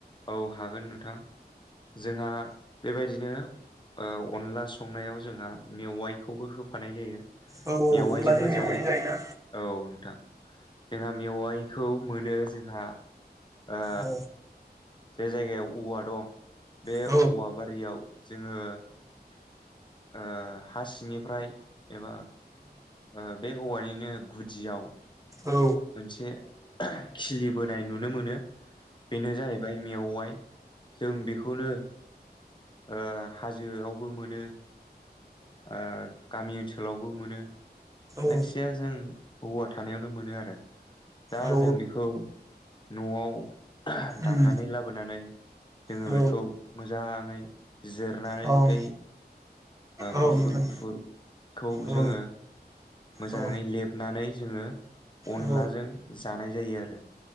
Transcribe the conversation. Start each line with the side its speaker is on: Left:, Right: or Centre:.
Left: औ हागोन नोंथां जोंहा बेबायदि बिदिनो ओ अनला संनायाव जोंहा मेवाइखौबो होफानाय जायो
Right: होदो औवा मेवाया मा बुस्थु औ
Left: मेवाइजोंबो
Right: अनलाजों मेवाइजों
Left: जायो
Right: जायोना
Left: औ नोंथां। जोंहा मेवाइखौ मोनो जोंहा ओ
Right: औ
Left: जे जायगायाव औवा दं बे
Right: औ
Left: औवा बारियाव जोङो ओ हा सिंनिफ्राय एबा ओ बे औवानिनो गुदियाव
Right: औ
Left: मोनसे ओह खिलि बोनाय नुनो मोनो बेनो जाहैबाय मेवाइ जों बेखौनो ओ हाजोआवबो मोनो ओ गामि ओनसोलावबो मोनो जायखिजाया
Right: औ
Left: जों औवा थानायावनो मोनो आरो दा
Right: औ
Left: जों बेखौ न'आव ओह दामनानै
Right: उम
Left: लाबोनानै जोङो
Right: औ
Left: बेखौ मोजाङै जिरनानै
Right: औ
Left: बै
Right: औ
Left: गुफुर
Right: नोंथां
Left: गुफुरखौ
Right: औ
Left: जोङो मोजाङै
Right: औ
Left: लेबनानै जोङो अनलाजों
Right: औ
Left: जानाय जायो आरो।